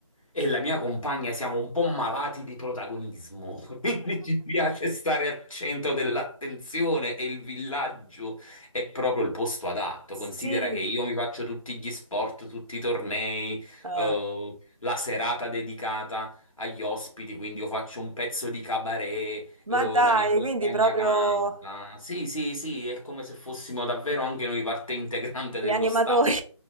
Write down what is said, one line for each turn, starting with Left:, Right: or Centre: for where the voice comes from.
Left: e la mia compagna siamo un po' malati di protagonismo, <laughs> quindi ci piace stare al centro dell'attenzione e il villaggio è proprio il posto adatto.
Right: sì.
Left: Considera che io mi faccio tutti gli sport, tutti i tornei,
Right: Eh,
Left: eh, la serata dedicata agli ospiti, quindi io faccio un pezzo di cabaret,
Right: ma
Left: eh,
Right: dai,
Left: la mia compagna
Right: quindi proprio
Left: canta. Sì, sì, sì, è come se fossimo davvero anche noi parte integrante
Right: gli
Left: dello
Right: animatori.
Left: staff.